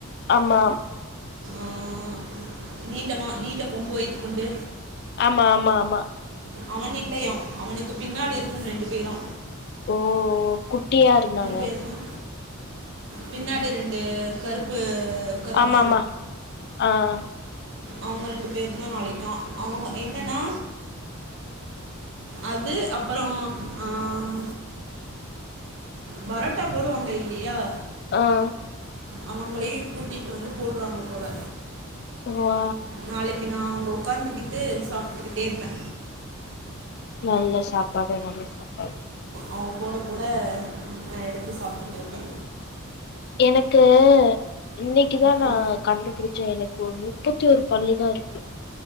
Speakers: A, on the left; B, on the right.
A: ஆம்மாம்
B: ஆஹ் நீண்டமா நீண்ட கொம்பு வைத்துக் கொண்டு
A: ஆம்மா ஆம்மா ஆம்மா
B: அவன் இல்லையாம் அவனுக்கு பின்னால் இருக்கும் ரெண்டு பேரா
A: ஓஓ குட்டியா இருந்தாங்க
B: பேரும் பின்னாடி ரெண்டு கருப்பு கருப்பா
A: ஆம்மா ஆம்மா ஆஹ்
B: அவுங்க ரெண்டு பேருந்தா நாளைக்காம் அவுங்க என்னன்னா அது அப்புறோ ஆஹ் பரோட்டா போடுவாங்க இல்லையா
A: ஆஹ்
B: அவங்களையும் கூட்டிட்டு வந்து போடுறாங்க போல
A: வா
B: நாளைக்கு நா அங்க உக்காந்திக்கிட்டு சாப் டுக்கிட்டேருப்பே
A: நல்ல சாப்பாடு நல்ல சாப்பாடு
B: அவுங்க போட போட நான் எடுத்து சாப்ட்டுட்ருப்பே
A: எனக்கு இன்னக்குதான்
B: ஆ
A: நான் கண்டுபுடிச்சேன் எனக்கு ஒரு முப்பத்தி ஒரு பல்லு தான் இருக்கு